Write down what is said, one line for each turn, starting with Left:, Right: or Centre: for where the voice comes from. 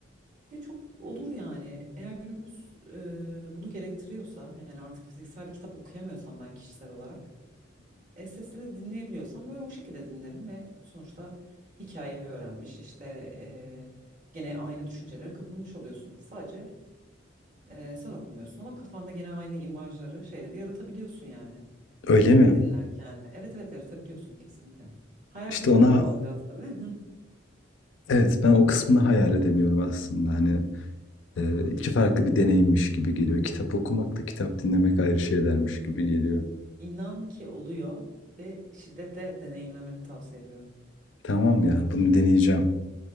Right: Ve çok olur yani. Eğer günümüz e, bunu gerektiriyorsa yani artık fiziksel bir kitap okuyamıyorsam ben kişisel olarak e, sesli dinleyebiliyorsam böyle o şekilde dinlerim ve sonuçta hikayeyi öğrenmiş işte e, gene aynı düşüncelere kapılmış oluyorsun. Sadece e, sen okumuyorsun ama kafanda gene aynı imajları şeyleri yaratabiliyorsun yani
Left: Öyle mi?
Right: dinlerken de. Evet evet yaratabiliyorsun kesinlikle. Hayal
Left: İşte
Right: gücüne
Left: ona
Right: de bağlı biraz tabii.
Left: evet ben o kısmını hayal edemiyorum aslında. Hani e, iki farklı bir deneyimmiş gibi geliyor. Kitap okumak da kitap dinlemek ayrı şeylermiş gibi geliyor.
Right: <laughs> İnan ki oluyor ve şiddetle deneyimlemeni tavsiye ediyorum.
Left: Tamam ya bunu deneyeceğim.